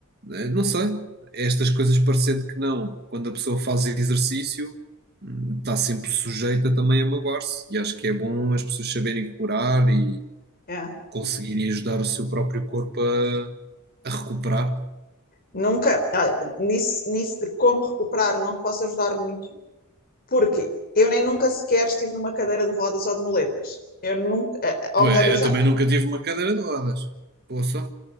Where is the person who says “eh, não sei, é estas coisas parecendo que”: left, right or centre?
Right